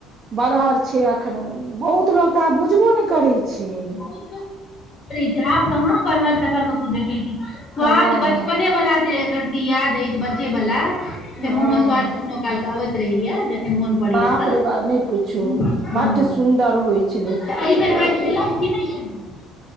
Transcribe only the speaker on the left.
<unintelligible> आब कहाँ बहर तरहर कतौ देखै छी। स्वाद
बचपने वला जे एकरती याद हइ बचे वाला
से मुंह मे स्वाद कखनो काल के अबैत रहैया। जखैन मोन परैया
तऽ
हां
त अही बेर <unintelligible>